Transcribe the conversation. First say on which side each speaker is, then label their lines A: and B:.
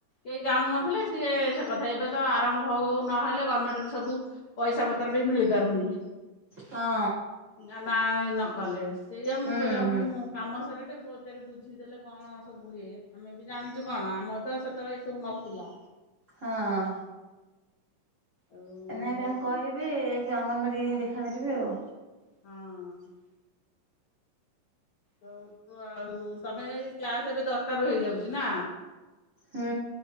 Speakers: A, on the left (about 70°); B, on the right (about 30°).
A: କେହି ଜାଣୁ ନଥିଲେ ସିଏ ସେ କଥା ଏବେ ତ ଆରମ୍ଭ ହୋଉ ହୋଉ ନହେଲେ ଗମେଣ୍ଟରୁ ସବୁ ପଇଷା ପତର ବି ମିଳି ପାରୁନି।
B: ହଁ।
A: ନା ନାଁ ଏ ନ କଲେ। ସେଇଆ ମୁଁ
B: ହୁଁ
A: କଇଲି ଆଉ
B: ହୁଁ
A: ହୋଉ ମୁଁ କାମ ସାରିଲେ ପଚାରି ବୁଝିଦେଲେ କଣ ସବୁ ହୁଏ। ଆମେ ବି ଜାଣିଚୁ କଣ ଆମର ତ ସେତେବେଳେ ତୁମ୍ ନଥିଲା।
B: ହଁ।
A: ଆଉ
B: ଏଇନାକେ ତାଙ୍କୁ
A: ଏମିତି
B: କହିବି କିି ଅଙ୍ଗନମାଡିରେ ଯାଇଙ୍କି <unintelligible> ଦେଖା କରିବେ ଆଉ।
A: ହଁ। ହୋଉ ଆଉ ତମେ ଏଇ କ୍ଲାସ୍ ଏବେ ଦଶଟାରୁ ହେଇଯାଉଚି ନା?
B: ହୁଁ